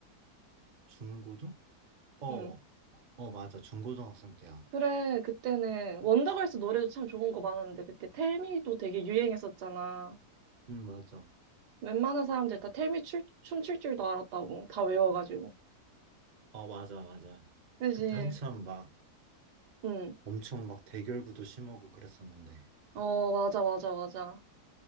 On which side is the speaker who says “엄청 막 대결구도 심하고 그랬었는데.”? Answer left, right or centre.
Right